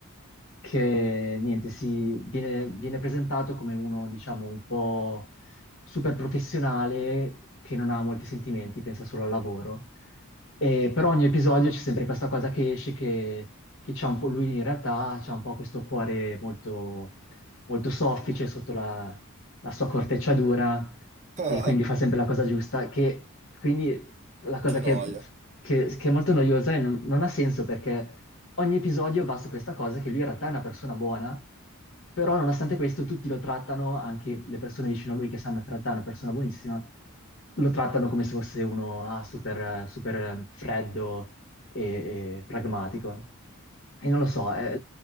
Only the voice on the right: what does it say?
Ah,
che
noia.